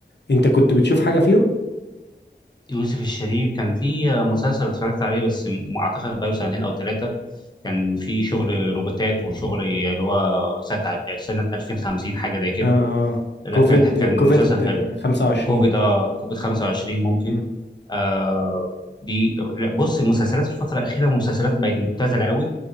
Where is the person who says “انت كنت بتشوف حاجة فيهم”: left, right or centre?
Left